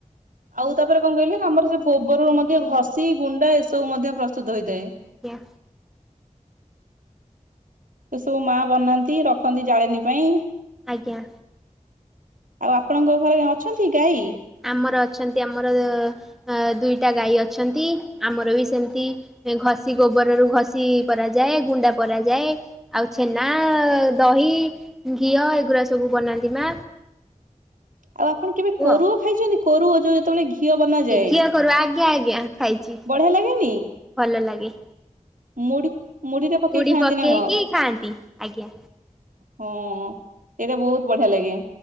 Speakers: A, on the right; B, in the centre.
A: ଆଉ ତାପରେ କଣ କହିଲେ ଆମର ସେ ଗୋବରରୁ ମଧ୍ୟ ଘଷି ଗୁଣ୍ଡା ଏସବୁ ମଧ୍ୟ ପ୍ରସ୍ତୁତ ହୋଇଥାଏ।
B: ଆଜ୍ଞା।
A: ଏ ସବୁ ମା ବନାନ୍ତି ରଖନ୍ତି ଜାଳେଣୀ ପାଇଁ।
B: ଆଜ୍ଞା।
A: ଆଉ ଆପଣଙ୍କ ଘରେ ଅଛନ୍ତି ଗାଈ?
B: ଆମର ଅଛନ୍ତି ଆମର ଅ ଦୁଇଟା ଗାଈ ଅଛନ୍ତି ଆମର ବି ସେମିତି ଘଷି ଗୋବରରୁ ଘଷି କରାଯାଏ ଗୁଣ୍ଡ କରାଯାଏ। ଆଉ ଛେନା ଦହି, ଘିଅ ଏଗୁଡା ସବୁ ବନାନ୍ତି ମା।
A: ଆଉ ଆପଣ କେବେ
B: କୁ
A: କୋରୁଅ
B: ଆଉ
A: ଖାଇଛନ୍ତି କୋରୁଅ ଯୋଉ ଯେତେବେଳେ ଘିଅ ବନାଯାଏ
B: ଘିଅ କୋରୁଅ ଆଜ୍ଞା ଆଜ୍ଞା ଖାଇଛି
A: ବଢିଆ ଲାଗେନି
B: ଭଲ ଲାଗେ।
A: ମୁଢି ମୁଢିରେ ପକେଇକି
B: ଗୁଡି
A: ଖାଆନ୍ତି ନା କଣ?
B: ଖାଆନ୍ତି ଆଜ୍ଞା
A: ହଁ ସେଇଟା ବହୁତ ବଢିଆ ଲାଗେ।